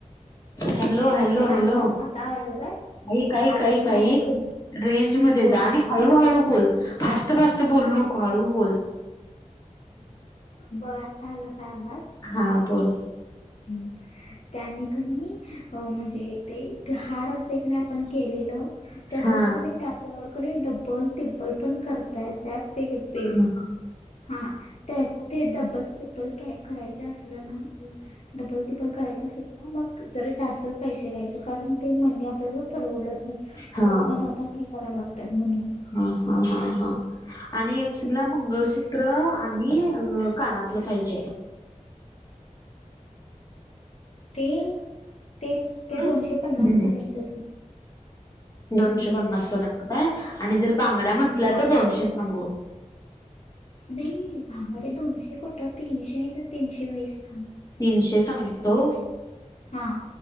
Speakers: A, on the left (about 30°); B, on the left (about 55°).
A: हॅलो हॅलो
B: साधाच
A: हॅलो
B: आता आल काय
A: ऐक ऐक
B: आला
A: ऐक
B: काय
A: ऐक
B: आवाज
A: रेंजमध्ये
B: हम्म बोल
A: जा आणि <unintelligible> हळू हळू बोल फास्ट फास्ट बोलू नको हळू बोल.
B: बघ आता आला काय आवाज?
A: हा बोल.
B: ह् त्यानी का नई अ म्हणजे ते हार असते क आपण केलेलं तसच
A: हा
B: क त्याच्यावर कोणी डब्बल तिब्बल पण करताय त्यात. ते पेस
A: हा
B: हा त्या ते डबल ट्रिपबल क करायचं असलं ना डबल तिपल करायच सुद्धा मग जरा जास्त पैसे घ्यायचं कारण ते मणी आपल्याला परवडत नाही
A: हा
B: खरं पण आपण हे करायला लागतत म्हणून.
A: हा हा हा हा आणि एकटिला मंगळसूत्र त्र आणि अ कानातलं पाहिजे आहे.
B: ते ते ते
A: हम
B: दोनशे पन्नास
A: हम
B: पर्यंत ते
A: दोनशे
B: हम्म
A: पन्नास पर्यंत. काय आणि जर बांगड्या म्हंटल्या
B: हा
A: तर दोनशे सांगू
B: नाही बांगड्या दोनशे कुठं तीनशे तीनशे वीस सांग.
A: तीनशे सांगतो.
B: हां.